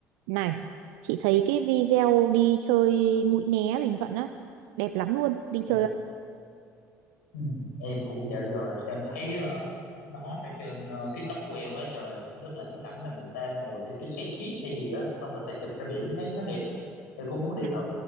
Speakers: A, on the right; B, on the left.
A: Này, chị thấy cái video đi chơi Mũi Né Bình Thuận á, đẹp lắm luôn, đi
B: Dạ.
A: chơi không?
B: Ừ. Em cũng dạo giờ xem thấy ờ, nó hot ở trên ờ, TikTok của em quá trời nhất là cái cảnh mà người ta ngồi trên cái xe jeep hay gì đó xong người ta chụp ra biển thấy nó đẹp thì cũng muốn đi
A: Dạ.
B: thử